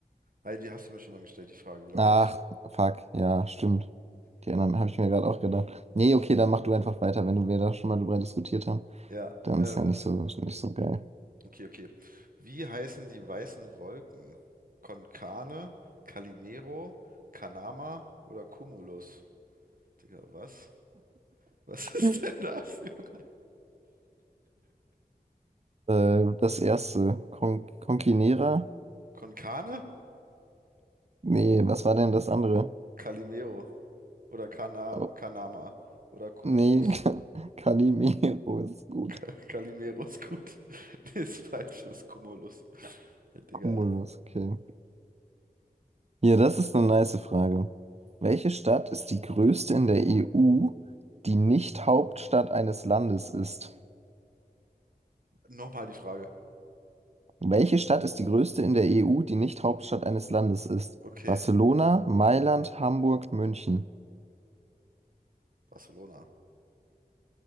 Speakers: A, on the right (about 60°); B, on the right (about 45°).
A: Heidi, die hast du mir schon mal gestellt, die Frage, glaube
B: Ach,
A: ich.
B: fuck, ja, stimmt. Die anderen habe ich mir gerade auch gedacht. Nee, okay, dann mach du einfach weiter, wenn du wir da schon mal drüber diskutiert haben.
A: Ja,
B: Dann
A: ähm,
B: ist ja nicht so, nicht so geil.
A: Okay, okay. Wie heißen die weißen Wolken? Konkane, Calimero, Kanama oder Cumulus? Digga, was? Was <laughs> ist
B: Ja.
A: denn das, Junge?
B: Äh, das erste, Con Conquinera?
A: Konkane,
B: Nee, was war denn das andere?
A: Calimero oder Kana
B: Oh,
A: Kanama oder Cumulus?
B: nee, <laughs> Calimero ist gut.
A: Ka- Calimero ist gut. <laughs> Nee, ist falsch, ist Cumulus. Hey, Digga.
B: Cumulus, okay. Hier, das ist eine nice Frage. Welche Stadt ist die größte in der EU, die nicht Hauptstadt eines Landes ist?
A: Nochmal die Frage.
B: Welche Stadt ist die größte in der EU, die nicht Hauptstadt eines Landes ist?
A: Okay,
B: Barcelona, Mailand, Hamburg, München.
A: Barcelona.